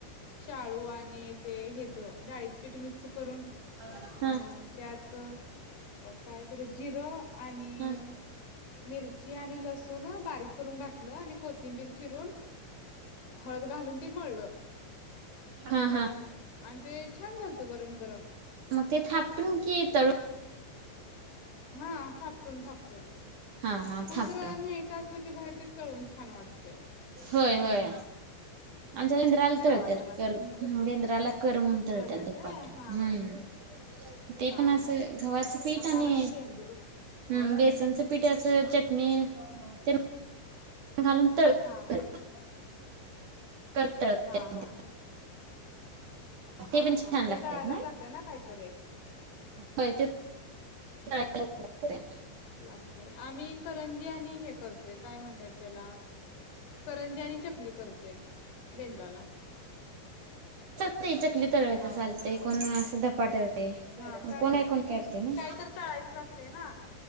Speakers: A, on the left (about 70°); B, on the right (about 45°).
A: शाळू आणि ते हेज डाळीच पीठ मिक्स करून.
B: हा
A: अं त्यात काय बरं जिरं आणि
B: हा
A: मिरची आणि लसूण बारीक करून घातलं आणि कोथिंबीर चिरून हळद घालून ते मळलं.
B: हा. हा.
A: आणि ते छान झालत गरम गरम
B: मग ते थापटून की तळून.
A: हा थापटून-थापटून
B: हा हा
A: कुठतर
B: थापटून
A: न्यायचं अस की बाहेर ते तळून छान वाटते.
B: होय-होय. आमच्या बेंद्राला
A: प्रवासाला
B: तळत्यात, कर
A: ते मग ते
B: बेंद्राला कर म्हणून तळतात
A: तळत्यात
B: धपाट
A: होय हा
B: हम्म.
A: हा
B: ते
A: हा
B: पण असं
A: हा
B: गव्हाच पीठ
A: आता
B: आणि
A: आला की बेंदूर
B: हम्म बेसनचं पिठ, असं चटणी तेन घालून तळतात.
A: हा
B: तळत्यात.
A: हा हा
B: ते
A: हा
B: पण छान
A: हा ते
B: लागत्यात
A: तळायलाच
B: नाय,
A: लागतय ना काहीतरी एक
B: होय ते <unintelligible>
A: लागतेय, आम्ही करंजी आणि हे करतोय काय म्हणतात त्याला करंजानी आणि चकली करतोय बेंद्राला.
B: चालतय, चकली तळतर चालतय,
A: हा
B: कोण अस धपाटं ते
A: हा काय
B: कोण ऐकूण
A: म्हणजे
B: ते ऐक्तय वय
A: काही तर तळायचंच असते ना